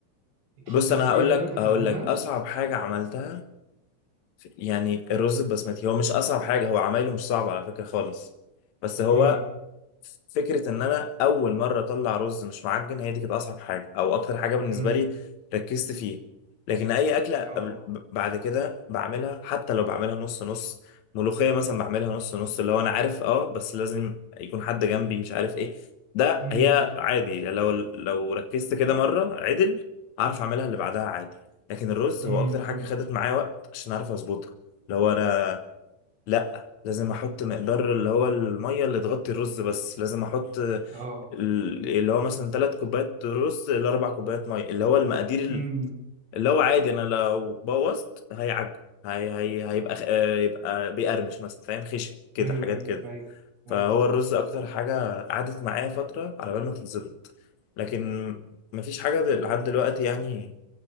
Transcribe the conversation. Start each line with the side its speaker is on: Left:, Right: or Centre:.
Right: اتحطيت
Left: بص أنا
Right: فيها
Left: هقول
Right: كده
Left: لك
Right: هتعملها
Left: هقول لك أصعب حاجة عملتها في- يعني الرز البسمتي هو مش أصعب حاجة هو عمايله مش صعب على فكرة خالص بس هو
Right: امم
Left: فكره ان انا اول مره اطلع رز مش معجن هي دي كانت اصعب حاجه او اكتر حاجه بالنسبه
Right: امم
Left: لي ركزت فيها لكن اي اكله
Right: اه
Left: قبل- ب- بعد كده بعملها حتى لو بعملها نص نص ملوخيه مثلا بعملها نص نص اللي هو انا عارف اه بس لازم يكون حد جنبي مش عارف ايه ده
Right: امم
Left: هي عادي لو لو ركزت كده مره عدل اعرف اعملها اللي بعدها عادي لكن الرز
Right: امم
Left: هو اكتر حاجه
Right: طب
Left: خدت معايا وقت عشان اعرف اظبطها اللي هو انا لا لازم احط مقدار اللي هو الميه اللي تغطي الرز بس لازم احط ال-
Right: اه
Left: اللي هو مثلا ثلاث كوبايات رز لاربع كوبايات ميه اللي هو المقادير ال-
Right: امم
Left: اللي هو عادي انا لو بوظت هيعج هي هي هيبقى خ- آه، يبقى بيقرمش مثلا فاهم خشن كده
Right: ايوه
Left: حاجات
Right: ايوه
Left: كده
Right: ايوه ايوه
Left: فهو الرز اكتر حاجه قعدت معايا فتره على بال ما تتظبط لكن مفيش حاجه دل- لحد دلوقتي يعني